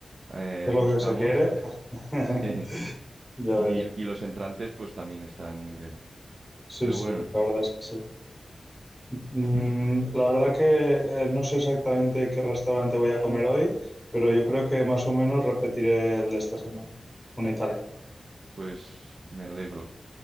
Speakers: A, on the right; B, in the centre.
A: eh,
B: es lo
A: buscamos.
B: que se quiere.
A: <laughs>
B: <laughs>
A: Sí.
B: Ya
A: Y,
B: ves.
A: y los entrantes pues también están muy bien.
B: Sí,
A: Pero
B: sí,
A: bueno.
B: la verdad es que sí. Mm,
A: <clears throat>
B: la verdad que eh, no sé exactamente qué restaurante voy a comer hoy, pero yo creo que más o menos repetiré el de esta semana, un Italia.
A: Pues me alegro.